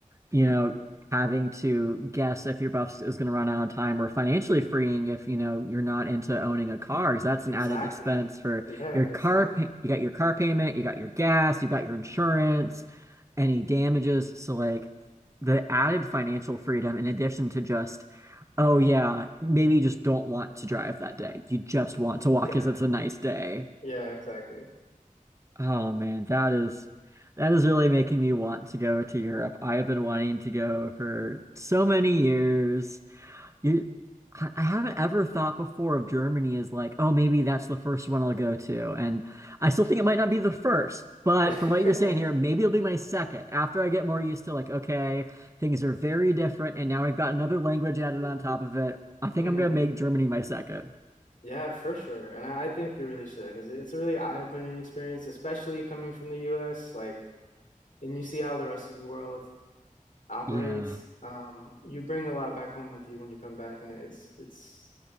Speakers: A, on the right; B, on the left.
A: you know, having to guess if your buff is going to run out of time or financially freeing if, you know, you're not into owning a car because that's an
B: Exactly.
A: added expense for
B: Yeah,
A: your
B: exactly.
A: car. pa- You got your car payment, you got your gas, you got your insurance, any damages. So, like, the added financial freedom in addition to just, oh, yeah, maybe you just don't want to drive that day. You just want to walk
B: Yeah,
A: because it's a nice day.
B: yeah, exactly.
A: Oh man, that is that is really making me want to go to Europe. I have been wanting to go for so many years. You, I I haven't ever thought before of Germany as like, oh, maybe that's the first one I'll go to. And I still think it might not be the first, but
B: <laughs>
A: from what you're saying here, maybe it'll be my second after I get more used to like, okay, things are very different, and now I've got another language added on top of it. I think
B: hmm
A: I'm gonna make Germany my second.
B: Yeah, for sure. And I, I think you really should because it's a really eye-opening experience, especially coming from the US. Like, and you see how the rest of the world operates.
A: Yeah.
B: Um, you bring a lot back home with you when you come back, and it's it's